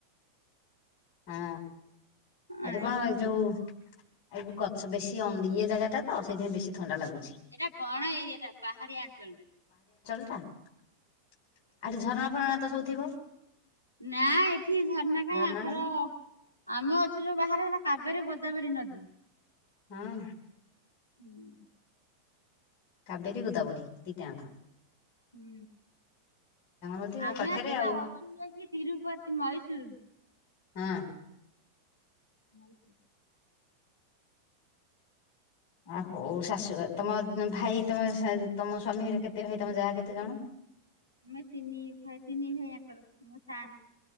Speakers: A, on the left (about 40°); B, on the left (about 85°).
A: ହଁ ଏଠି
B: ଆଜ୍ଞା
A: କଣ ଯୋଉ ଏ ଗଛ ବେଶୀ ଏ ଜାଗାଟା ତ ସେଥିପାଇଁ ବେଶୀ ଥଣ୍ଡା ଲାଗୁ
B: ଏଇଟା ବଣ ଏରିଆଟା ପାହାଡିଆ ଅଞ୍ଚଳଟା।
A: ଆଠ ଝରଣା ଫରଣା ତ ସବୁ ଥିବ?
B: ନା ଏଠି ଝରନା କାହିଁ
A: ଝରଣା
B: <unintelligible>
A: ନାଇଁ
B: ଆମେ ଅଛୁ ଯୋଉ ବାହାରେ ହେଲା କାବେରୀ ଗୋଦାବରୀ ନଦୀ।
A: ହଁ।
B: ହୁଁ।
A: କାବେରୀ ଗୋଦାବରୀ ଦିଟା ଆଙ୍କ
B: ହୁଁ।
A: ନଦୀ ଆଉ
B: ଆମେ
A: ପାଖରେ
B: ଆସିକି
A: ଆଉ
B: ପା ଅଛୁ ଯାଇକି ତିରୁପତି ମହୀଶୂର
A: ହୁଁ।
B: <inaudible>
A: ଆ
B: ମହେଶରୁ
A: ହଉ
B: କଥା
A: ଶାଶୁ ଘର ତମ ଭାଇ ତମେ ତମ ସ୍ୱାମୀ ହେରିକା କେତେ ଭାଇ ତମ ଯା କେତେ ଜଣ?
B: ଆମେ ତିନି ଭାଇ ତିନି ଭାଇ ୟାଙ୍କର ମୁ ସାନ୍।